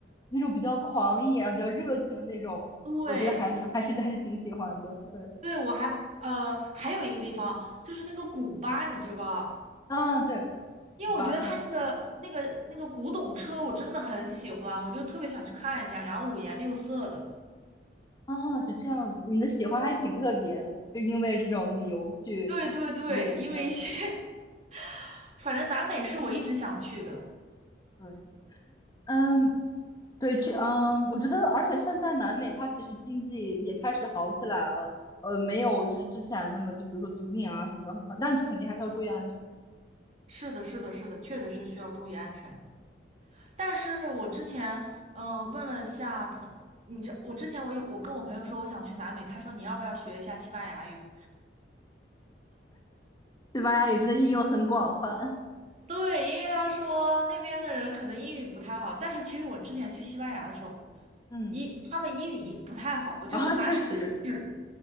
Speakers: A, on the left; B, on the right.
A: 那种比较狂野，然后比较热情的那种，
B: 对
A: 我觉得还是还是还是挺喜欢的。对，
B: 对，我还呃还有一个地方就是那个古巴，你知道吧？
A: 啊，对，
B: 因为我觉得它那个那个那个古董车我真的很喜欢，
A: 古巴，嗯，
B: 我就特别想去看一下，然后五颜六色的。
A: 啊，是这样子。你的喜欢还挺特别的，就因为这种理由去
B: 对对对，
A: 旅，
B: 因为一些
A: 对
B: <laughs> 反正南美是我一直想去的。
A: 对，嗯，对，去，嗯，我觉得，而且现在南美它其实经济也开始好起来了，呃，没有就是之前那么就比如说毒品啊什么的很烦，但是肯定还是要注意安全。
B: 是的，是的，是的，确实是需要注意安全。但是我之前嗯、呃问了一下朋，你知我之前我有我跟我朋友说我想去南美，他说你要不要学一下西班牙语？
A: 西班牙语真的应用很广泛，
B: 对，因为他说那边的人可能英语不太好，但是其实我之前去西班牙的时候，
A: <laughs> 嗯。
B: 英他们英语也不太好，我就拿手指
A: 啊，确实，